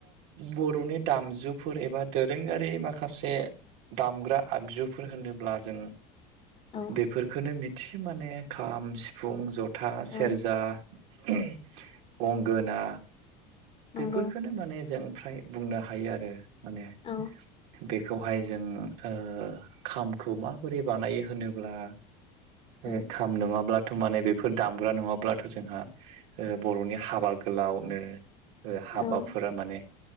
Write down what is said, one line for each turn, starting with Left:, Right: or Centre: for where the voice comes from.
Right: बर'नि दामजुफोर एबा दोरोङारि माखासे। दामग्रा आगजुफोर होनोब्ला जों।
Left: औ
Right: बेफोरखौ मिथियो माने खाम सिफुं जथा
Left: औ
Right: सेरजा। गंगोना
Left: नंगौ
Right: बेफोरफोरखौनो माने जों। फ्राय बुंनो हायो आरो माने।
Left: औ
Right: बेखौहाय जों ओ खामखौ माबोरै बानायो होनोब्ला। ए
Left: उम
Right: खाम नङाब्ला। थ माने बेफोर दामग्रा नङाब्लाथ जोंहा बरनि हाबा गोलावनो। ओ हाबाफोरा
Left: औ
Right: माने